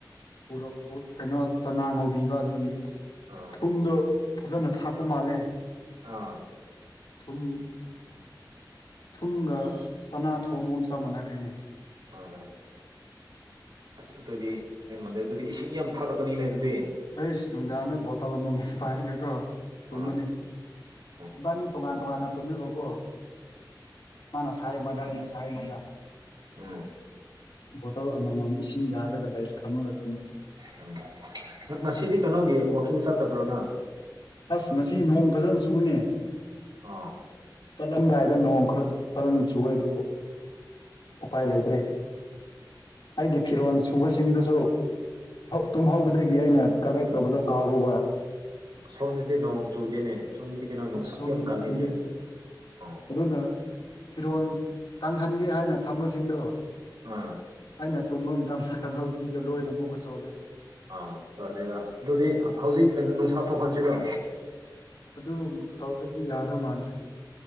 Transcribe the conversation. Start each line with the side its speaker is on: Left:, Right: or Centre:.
Left: ꯄꯨꯔꯛꯄ ꯀꯩꯅꯣ ꯆꯅꯥ ꯉꯧꯕꯤꯕ ꯑꯗꯨꯒꯤ
Right: ꯎꯝ
Left: ꯊꯨꯝꯗꯣ ꯐꯖꯅ ꯊꯥꯛꯄ ꯃꯥꯜꯂꯦ
Right: ꯑꯥ
Left: ꯊꯨꯝ ꯊꯨꯝꯒ ꯆꯅꯥ ꯊꯣꯡꯒꯨꯝ ꯆꯥꯃꯟꯅꯈ꯭ꯔꯤꯅꯦ
Right: ꯎꯝ ꯑꯁ ꯑꯗꯨꯗꯤ ꯍꯦꯟ ꯃꯥꯟꯗꯩ ꯑꯗꯨꯗꯤ ꯏꯁꯤꯡ ꯌꯥꯝ ꯊꯥꯔꯛꯀꯅꯤꯅꯦ ꯑꯗꯨꯗꯤ
Left: ꯑꯩꯁ ꯅꯨꯡꯗꯥꯡꯗ ꯕꯣꯇꯜ ꯑꯃꯃꯝ ꯄꯥꯏꯔꯒꯦꯀꯣ ꯇꯨꯝꯕꯅꯤ
Right: ꯎꯝ ꯎꯝ
Left: ꯏꯕꯥꯅꯤ ꯇꯣꯉꯥꯟ ꯇꯣꯉꯥꯟꯅ ꯇꯨꯝꯃꯤꯕꯀꯣ ꯃꯥꯅ ꯁꯥꯏ ꯃꯗꯥꯅ ꯁꯥꯏ ꯃꯗꯥ
Right: ꯎꯝ
Left: ꯕꯣꯇꯜ ꯑꯃꯃꯝ ꯏꯁꯤꯡ ꯌꯥꯜꯂꯒ ꯂꯥꯏꯔꯤ ꯊꯝꯃꯒ ꯇꯨꯝꯕꯅꯤ
Right: ꯎꯝ ꯉꯁꯤꯗꯤ ꯀꯩꯅꯣꯒꯤ ꯋꯥꯛꯀꯤꯡ ꯆꯠꯇꯕ꯭ꯔꯣꯅ
Left: ꯑꯁ ꯉꯁꯤ ꯅꯣꯡ ꯐꯖꯅ ꯆꯨꯏꯅꯦ
Right: ꯑꯥ
Left: ꯆꯠꯂꯝꯗꯥꯏꯗ ꯅꯣꯡ ꯈꯔ ꯐꯔ ꯆꯨꯒꯦ ꯑꯗꯨ ꯎꯄꯥꯏ ꯂꯩꯇ꯭ꯔꯦ ꯑꯩꯒꯤ ꯐꯤꯔꯣꯜ ꯁꯨꯕꯁꯤꯡꯗꯁꯨ ꯇꯨꯝꯍꯧꯕꯗꯒꯤ ꯑꯩꯅ ꯀꯂꯦꯛ ꯇꯧꯕꯗꯣ ꯀꯥꯎꯔꯨꯕ
Right: ꯁꯣꯝꯗꯗꯤ ꯅꯣꯡ ꯆꯨꯗꯦꯅꯦ ꯁꯣꯝꯗꯗꯤ ꯀꯩꯅꯣ ꯅꯨꯡꯁꯥ
Left: ꯁꯣꯗꯤ
Right: ꯌꯥꯝ ꯀꯜꯂꯤꯅꯦ
Left: ꯇ
Right: ꯑꯥ
Left: ꯑꯗꯨꯗꯅ ꯐꯤꯔꯣꯜ ꯀꯪꯍꯟꯒꯦ ꯍꯥꯏꯅ ꯊꯝꯕꯁꯤꯡꯗꯣ
Right: ꯑꯝ
Left: ꯑꯩꯅ ꯇꯨꯝꯕ ꯃꯇꯝꯗ ꯈꯪꯍꯧꯗꯕꯤꯗꯣ ꯂꯣꯏꯅ ꯑꯃꯨꯛꯀ ꯆꯣꯍꯜꯂꯦ
Right: ꯑꯥꯎ ꯆꯗꯦꯕ ꯑꯗꯨꯗꯤ ꯍꯧꯖꯤꯛ ꯅꯨꯡꯁꯥ ꯊꯣꯛꯣꯛꯍꯟꯁꯤꯔꯣ
Left: ꯑꯗꯨ ꯇꯧꯗꯗꯤ ꯌꯥꯗꯧ ꯃꯥꯟꯗ꯭ꯔꯦ